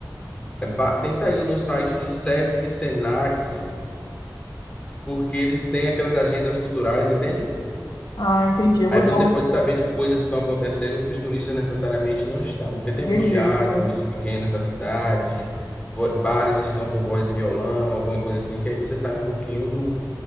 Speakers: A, on the left; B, on the left.
A: é ba- tenta ir no site do Sesc Senac, porque eles têm aquelas agendas culturais, entende?
B: ah, entendi. Eu
A: Aí
B: vou
A: você
B: dar um...
A: pode saber de coisas que estão acontecendo que os turistas necessariamente não estão, porque tem
B: Beleza.
A: alguns teatros pequenos da cidade, vo- bares que estão com voz e violão, alguma coisa assim, que aí você sai um pouquinho do,